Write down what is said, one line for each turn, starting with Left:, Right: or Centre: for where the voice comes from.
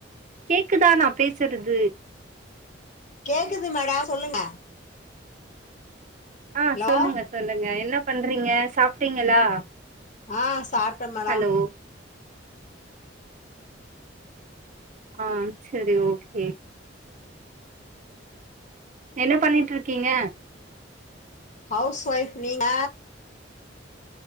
Right: கேக்குதா நா பேசுறது
Left: கேக்குது மேடம் சொல்லுங்க
Right: ஆ
Left: ஹலோ
Right: சொல்லுங்க சொல்லுங்க என்ன பண்றீங்க சாப்ட்டீங்களா
Left: ஆஹ் சாப்ட்ட மேடோ
Right: ஹலோ ஆ செரி ஓகே என்ன பண்ணிட்ருக்கீங்க
Left: ஹவுஸ் ஒய்ஃப் நீங்க